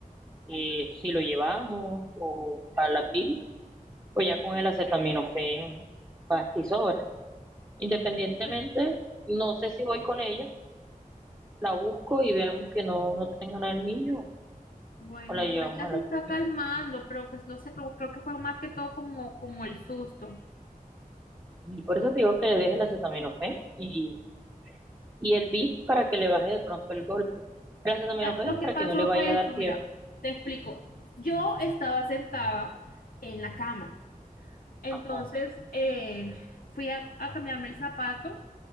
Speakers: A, on the right; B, on the left.
A: eh, si lo llevamos o a la clínica o ya con el acetaminofén, pasta y sobra. Independientemente,
B: Pues
A: no sé si voy con ella, la busco y vemos que no, no tenga nada el niño
B: Bueno,
A: o la
B: igual
A: llevamos
B: ya
A: a
B: se
A: la
B: está
A: clínica.
B: calmando, pero pues no sé, creo, creo que fue más que todo como, como el susto.
A: Y por eso te digo que le deje el acetaminofén y, y el VIP para que le baje de pronto el golpe. El acetaminofén
B: Mira, lo
A: es para
B: que pasó
A: que no le vaya
B: fue
A: a
B: esto,
A: dar fiebre.
B: mira, te explico. Yo estaba sentada en la cama, entonces
A: Ajá,
B: eh, fui a, a cambiarme el zapato